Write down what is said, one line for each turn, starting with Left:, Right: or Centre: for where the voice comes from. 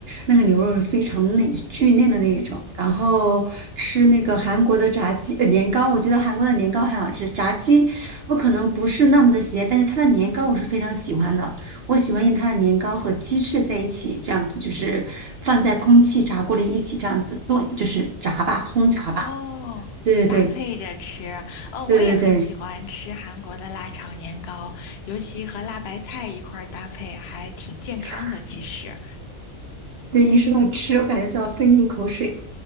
Right: 那个牛肉是非常嫩、巨嫩的那一种。然后吃那个韩国的炸鸡、呃、年糕，我觉得韩国的年糕很好吃。炸鸡我可能不是那么的喜爱，但是它的年糕我是非常喜欢的。我喜欢用它的年糕和鸡翅在一起，这样子就是放在空气炸锅里一起这样子炖，就是炸吧，轰炸吧。
Left: 哦，
Right: 对对
Left: 搭配着吃，哦，
Right: 对对对对
Left: 我也很喜欢吃韩国的辣炒年糕，尤其和辣白菜一块儿搭配，还挺健康的，
Right: <laughs>
Left: 其实，
Right: 对，一说到吃，我感觉都要分一口水。